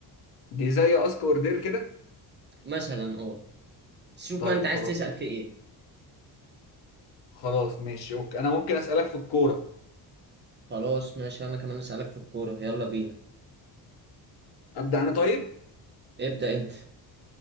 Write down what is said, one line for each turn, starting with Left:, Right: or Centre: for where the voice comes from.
Left: دي زي اسك اوردر كده
Right: مثلا اه بس شوف
Left: طيب
Right: بقى انت عايز
Left: خلاص
Right: تسأل في ايه
Left: خلاص ماشي اوكي انا ممكن اسالك في الكوره
Right: خلاص ماشي انا كمان اسألك في الكورة يلا بينا
Left: ابدا انا طيب
Right: ابدأ انت